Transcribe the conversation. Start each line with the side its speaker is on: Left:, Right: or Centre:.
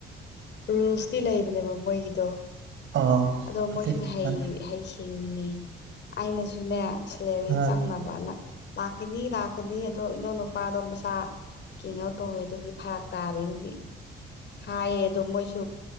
Left: ꯔꯨꯜꯁꯇꯤ ꯂꯩꯕꯅꯦꯕ ꯃꯣꯏꯒꯤꯗꯣ
Right: ꯑꯣ
Left: ꯑꯗꯣ
Right: ꯑꯗꯨꯏꯗꯤ
Left: ꯃꯣꯏꯁꯨ ꯍꯩ
Right: ꯈꯪ
Left: ꯍꯩ ꯁꯤꯡꯉꯤꯅꯦ ꯑꯩꯅꯁꯨꯅꯦ ꯁꯦꯂꯔꯤ
Right: ꯑ
Left: ꯆꯪꯅꯕ꯫ ꯕꯥꯅ ꯂꯥꯛꯀꯅꯤ ꯂꯥꯛꯀꯅꯤ ꯑꯗꯣ ꯏꯅꯧ ꯅꯨꯄꯥꯗꯣ ꯃꯁꯥ꯫ ꯀꯤꯡ ꯑꯣꯠ ꯇꯧꯋꯦ ꯑꯗꯨꯒꯤ ꯐꯔꯛ ꯇꯥꯍꯩꯅꯦꯗꯤ ꯍꯥꯏꯌꯦ꯫ ꯑꯗꯨ ꯃꯣꯏꯁꯨ